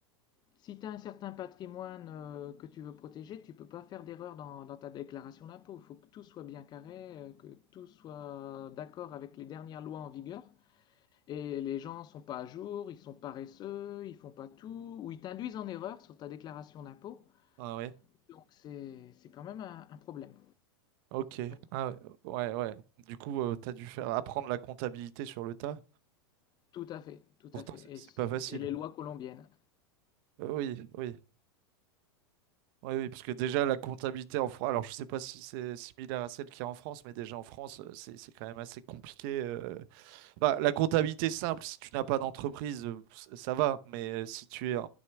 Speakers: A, on the left; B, on the right.
A: si tu as un certain patrimoine euh, que tu veux protéger, tu peux pas faire d'erreur dans, dans ta déclaration d'impôt. Il faut que tout soit bien carré, euh, que tout soit d'accord avec les dernières lois en vigueur. Et les gens sont pas à jour, ils sont paresseux, ils font pas tout, ou ils t'induisent en erreur sur ta déclaration d'impôt.
B: Ah ouais,
A: Donc c'est c'est quand même un, un problème.
B: ok.
A: Donc
B: Ah ouais, ouais. ouais. Du coup, euh, t'as dû faire apprendre la comptabilité sur le tas.
A: tout à fait, tout
B: Pourtant,
A: à fait.
B: c'est
A: Et,
B: c'est
A: s-
B: pas facile.
A: et les lois colombiennes.
B: Euh, oui, oui. Oui, oui, parce que déjà, la comptabilité en France, alors je sais pas si c'est similaire à celle qu'il y a en France, mais déjà en France, euh, c'est c'est quand même assez compliqué. euh, Bah, la comptabilité simple, si tu n'as pas d'entreprise, euh, c- ça va. Mais euh, si tu es en